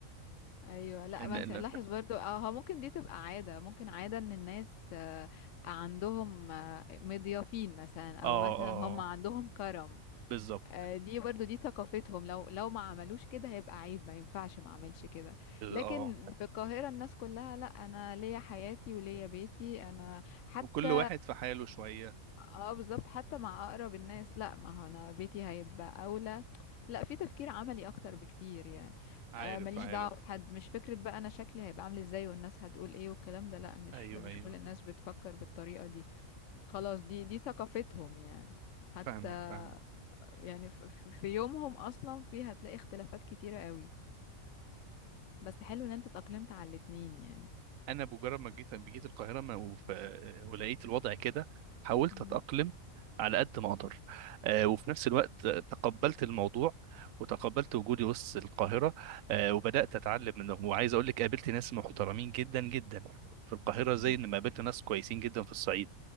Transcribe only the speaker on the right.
ان
ان
اه
اه
بالظبط
اه
وكل واحد في حاله شويه
عارف
عارف
ايوه
ايوه
فاهمك فاهمك
انا بمجرد ما جيت جيت القاهره ما- وف- ولقيت الوضع كده حاولت
اتاقلم على قد ما اقدر آه، وفي نفس الوقت تقبلت الموضوع وتقبلت وجودي وسط القاهره آه، وبدات اتعلم منهم وعايز اقول لك قابلت ناس محترمين جدا جدا في القاهره زي
ما قابلت ناس كويسين جدا في الصعيد